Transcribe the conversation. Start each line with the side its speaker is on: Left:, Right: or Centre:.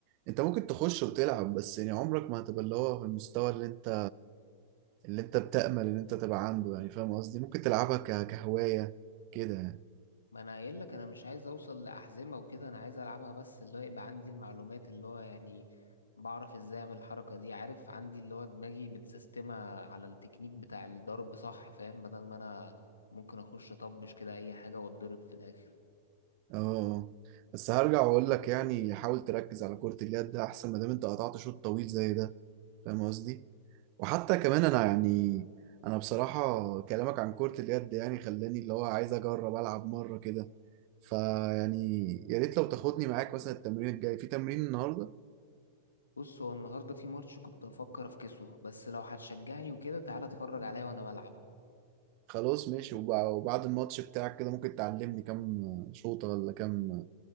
Right: انت ممكن تخش وتلعب بس يعني عمرك ما هتبقى اللي هو في المستوى اللي انت اللي انت بتأمل ان انت تبقى عنده يعني فاهم قصدي ممكن تلعبها ك- كهواية كده يعني
Left: ما أنا قايل لك أنا مش عايز أوصل لأحزمة وكده أنا عايز ألعبها بس اللي هو يبقى عندي المعلومات اللي هو يعني بعرف إزاي أعمل الحركة دي عارف عندي اللي هو دماغي متسيستمة على التكنيك بتاع الضرب صح فاهم بدل ما أنا ممكن أخش أطبش كده أي حاجة وأتضرب في الآخر
Right: اه آه. بس هرجع واقول لك يعني حاول تركز على كرة اليد ده احسن ما دام انت قطعت شوط طويل زي ده فاهم قصدي وحتى كمان انا يعني انا بصراحة كلامك عن كرة اليد يعني خلاني اللي هو عايز اجرب العب مرة كده فيعني يا ريت لو تاخدني معاك مثلا التمرين الجاي في تمرين النهاردة
Left: بص هو النهارده في ماتش كنت افكر افكسه بس لو هتشجعني وكده تعالى اتفرج عليا وانا بلعب
Right: خلاص ماشي وب- وبعد الماتش بتاعك كده ممكن تعلمني كام شوطة ولا كام